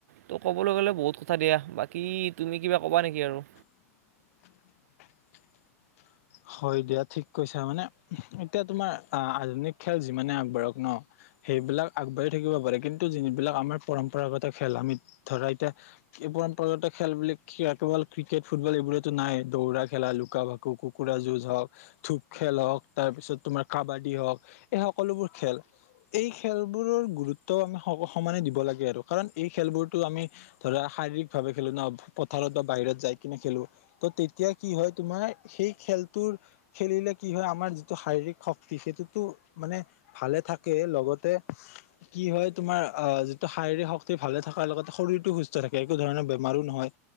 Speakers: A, on the right; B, on the left.
A: ত' ক'বলৈ গ'লে বহুত কথা দিয়া বাকী তুমি কিবা কবা নেকি আৰু
B: <inaudible> হয় দিয়া ঠিক কৈছা মানে এতিয়া তোমাৰ আ, আধুনিক খেল যিমানে আগবাঢ়ক ন! সেইবিলাক আগবাঢ়ি থাকিব পাৰে। কিন্তু যিনবিলাক আমাৰ পৰম্পৰাগত খেল আমি ধৰা এতিয়া পৰম্পৰাগত খেল বুলি খেয়াটো কেৱল ক্ৰিকেট, ফুটবল এইবোৰটো নাই, দৌৰা খেলা, লুকা-ভাকু, কু কুকুৰা যুঁজ হওক, ধূপ খেল হওক, তাৰ পিছত তোমাৰ কাবাডী হওক, এই সকলোবোৰ খেল এই খেলবোৰৰ গুৰুত্ব সম, সমানে দিব লাগে আৰু কাৰণ এই খেলবোৰতো আমি ধৰা শাৰীৰিক ভাৱে খেলোঁ ন! পথাৰত বা বাহিৰত যাই কিনে খেলোঁ। ত' তেতিয়া কি হয় তোমাৰ, সেই খেলটোৰ খেলিলে কি হয় আমাৰ যিটো শাৰীৰিক শক্তি সেইটোতো মানে ভালে থাকে কে লগতে কি হয় তোমাৰ আহ, যিটো শাৰীৰিক শক্তি ভালে থকাৰ লগতে শৰীৰতটো সুস্থ থাকে একো ধৰণৰ বেমাৰো নহয়,